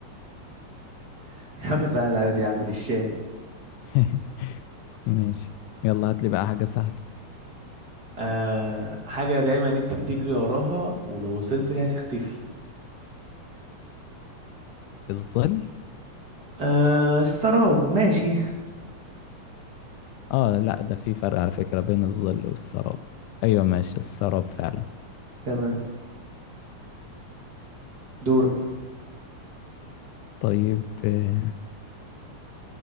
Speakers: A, on the right; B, on the left.
A: <laughs> يا عم سهلة أوي دي يا عم دي الشاي
B: <laughs> ماشي يلا هات لي بقى حاجة سهلة
A: آه حاجة دايما انت بتجري وراها ولو وصلت لها تختفي
B: الظل
A: آه السراب ماشي
B: اه لا ده في فرق على فكرة بين الظل والسراب ايوه ماشي السراب فعلا
A: تمام دورك
B: طيب آه،